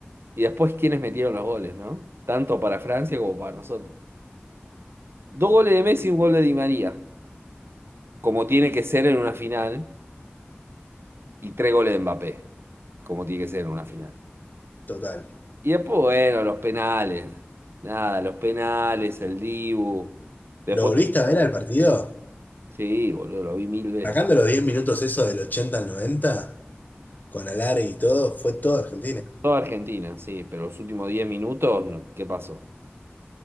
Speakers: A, on the right; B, on the left.
A: Y después, ¿quiénes metieron los goles, no? Tanto para Francia como para nosotros. Dos goles de Messi y un gol de Di María, como tiene que ser en una final, y tres goles de Mbappé, como tiene que ser en una final.
B: total.
A: Y después, bueno, los penales. Nada, los penales, el Dibu. Después,
B: ¿Lo volviste a ver al partido?
A: sí, boludo, lo vi mil veces.
B: Sacando los 10 minutos esos del 80 al 90 con Alare y todo, fue todo Argentina.
A: Toda Argentina, sí, pero los últimos 10 minutos, no, ¿qué pasó?